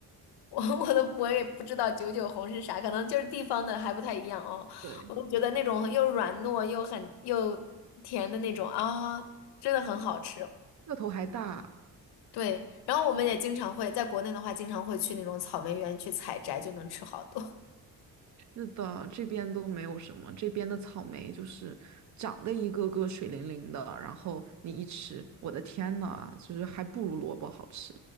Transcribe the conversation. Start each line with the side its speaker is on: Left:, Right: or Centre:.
Left: 我我都我也不知道九九红是啥，可能就是地方的还不太一样哦。
Right: 对，
Left: 我就觉得那种又软糯又很又甜的那种啊，真的很好吃。
Right: 个头还大。
Left: 对，然后我们也经常会在国内的话，经常会去那种草莓园去采摘，就能吃好多。
Right: 是的，这边都没有什么，这边的草莓就是长得一个个水灵灵的，然后你一吃，我的天呐，就是还不如萝卜好吃，